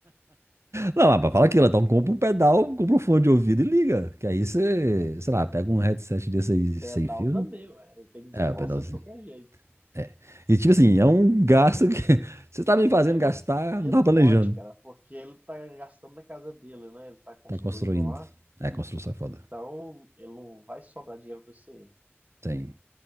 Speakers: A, on the right; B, on the right.
A: Não, mas fala aquilo, então compra um pedal, compra um fone de ouvido e liga. Que aí você, sei lá, pega um headset desse aí
B: Pedal
A: sem fio.
B: também, ué. Ele tem que desembolsar
A: É, o pedalzinho.
B: de qualquer jeito.
A: É. E tipo assim, é um gasto que <laughs> você tá me fazendo
B: Que ele
A: gastar,
B: não, ele
A: não tá
B: não
A: planejando.
B: pode, cara, porque ele tá gastando na casa dele, né? Ele tá construindo
A: Tá construindo.
B: lá.
A: É, construção é foda.
B: Então ele não vai sobrar dinheiro pra isso aí.
A: Tem.